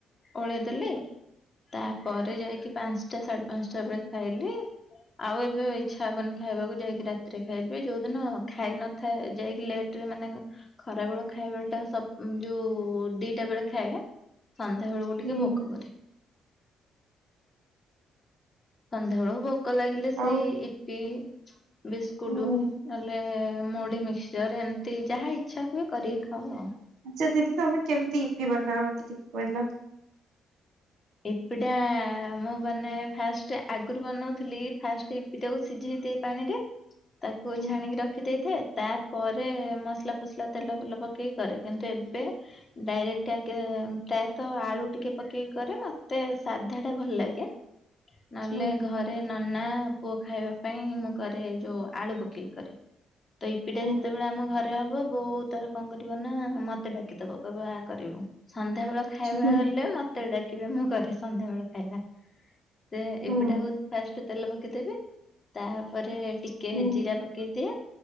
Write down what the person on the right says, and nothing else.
ହୁଁ
ଆଉ
ହୁଁ
ଆଚ୍ଛା ଦିଦି ତମେ କେମିତି ଇପି ବନାଅ ମତେ ଟିକେ କହିଲ।
<inaudible>
ହୁଁ
ହୁଁ
ହୁଁ
ହୁଁ
ହୁଁ
ହୁଁ